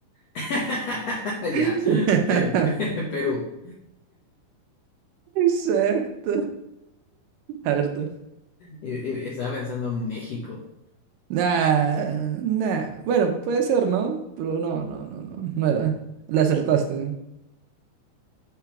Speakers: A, on the left (about 70°); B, on the right (about 75°).
A: <laughs>
B: <laughs>
A: Ya, Pe- Pe- Perú.
B: Exacto. A ver tú.
A: Y- y Estaba pensando en México.
B: Nah, nah. Bueno, puede ser, ¿no? Pero no, no, no, no, no era. Le acertaste.